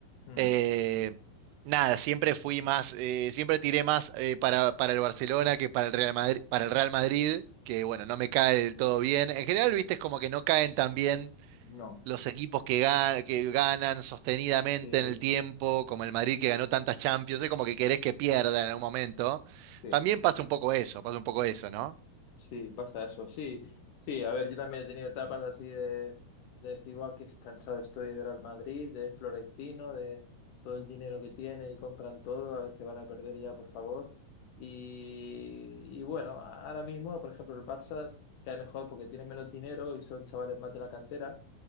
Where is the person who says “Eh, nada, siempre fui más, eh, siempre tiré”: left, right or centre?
Right